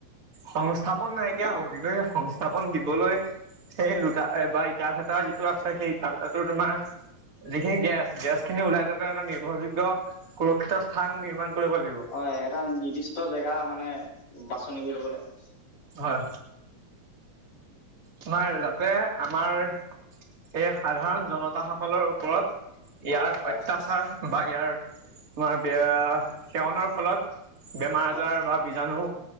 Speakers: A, on the right; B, on the left.
A: সংস্থাপন নাইকিয়া হ'ব কিন্তুয়। সংস্থাপন দিবলৈ। সেই লোটা বা ইটা ভেটা যিটো আছে সেই ইটা ভেটাটো তোমাৰ। যিখিনি গেছ গেছ খিনি ওলাই যাব পেলাই এটা নিৰ্ভৰযোগ্য সুৰক্ষিত স্থান নিৰ্মাণ। কৰিব লাগিব
B: অ এটা নিৰ্দিষ্ট জেগা মানে বাছনি কৰি লব লাগে।
A: হয় আমাৰ যাতে আমাৰ এই সাধাৰণ জনতা সকলৰ ওপৰত। ইয়াৰ
B: হয়
A: অত্যাচাৰ বা ইয়াৰ তোমাৰ বেয়া সেৱনৰ ফলত। বেমাৰ
B: হয়
A: আজাৰ বা বীজাণু